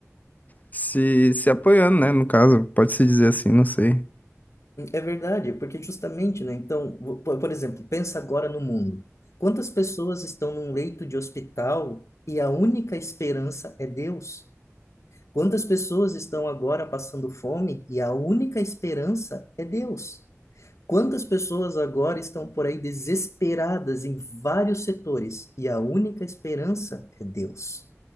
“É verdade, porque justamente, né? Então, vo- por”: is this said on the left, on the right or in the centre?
Left